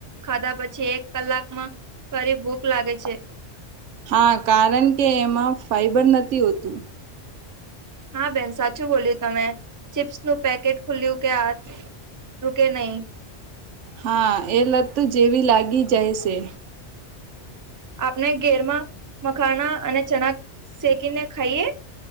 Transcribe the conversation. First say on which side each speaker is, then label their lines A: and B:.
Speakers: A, on the right; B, on the right.
A: ખાધા પછી એક કલાકમાં ફરી ભૂખ લાગે છે.
B: હા કારણ કે એમાં ફાઈબર નથી હોતું.
A: હા બેન સાચું બોલ્યું તમે ચીપ્સ નું પેકેટ ખુલ્યું કે આ રૂકે નહી.
B: હા એ લત જેવી લાગી જાય છે.
A: આપણે ઘેરમાં મખાણા અને ચણા શેકીને ખાઈએ.